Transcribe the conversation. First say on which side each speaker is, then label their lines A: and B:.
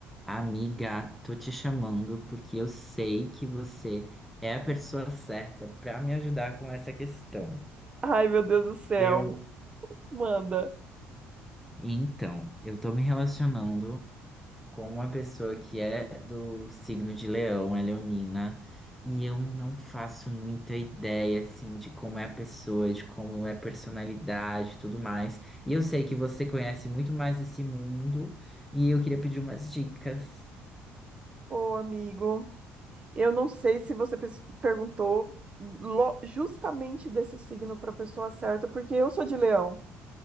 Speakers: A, in the centre; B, on the right.
A: Amiga, tô te chamando porque eu sei que você é a pessoa certa para me ajudar com essa questão.
B: Ai, meu Deus do céu.
A: Eu,
B: Manda.
A: então, eu tô me relacionando com uma pessoa que é do signo de Leão, é leonina, e eu não faço muita ideia assim de como é a pessoa, de como é a personalidade, e tudo mais. E eu sei que você conhece muito mais desse mundo e eu queria pedir umas dicas.
B: Ô, amigo, eu não sei se você pes- perguntou lo- justamente desse signo para a pessoa certa, porque eu sou de leão.